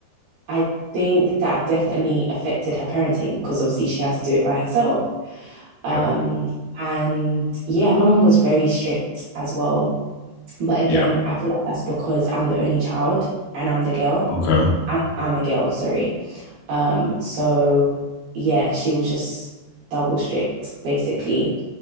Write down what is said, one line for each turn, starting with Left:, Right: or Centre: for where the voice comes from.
Right: I think that definitely affected her parenting because obviously she had to do it by herself. Um,
Left: Yeah.
Right: and yeah, my mum was very strict as well. But again,
Left: Yeah.
Right: I feel like that's because I'm the only child and I'm the girl.
Left: Okay.
Right: I, I'm a girl, sorry. Um, so yeah, she was just double strict basically.